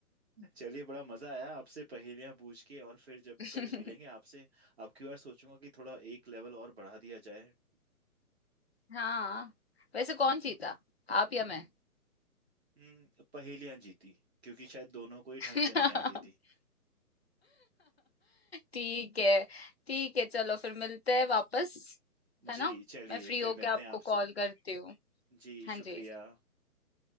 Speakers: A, on the right; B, on the left.
A: चलिए बड़ा मजा आया आपसे पहेलियां पूछ के और फिर जब
B: <laughs>
A: कभी मिलेंगे आपसे अब की बार सोचूंगा कि थोड़ा एक लेवल और बढ़ा दिया जाए
B: हाँ वैसे कौन जीता आप या मैं
A: हम्म, पहेलियां जीती क्योंकि शायद दोनों को ही ढंग
B: <laughs>
A: से नहीं आती थी
B: ठीक है ठीक है चलो फिर मिलते हैं वापस है
A: जी
B: ना
A: चलिए
B: मैं फ्री
A: फिर
B: होके
A: मिलते
B: आपको
A: हैं आपसे
B: कॉल करती हूँ
A: जी
B: हाँ
A: शुक्रिया
B: जी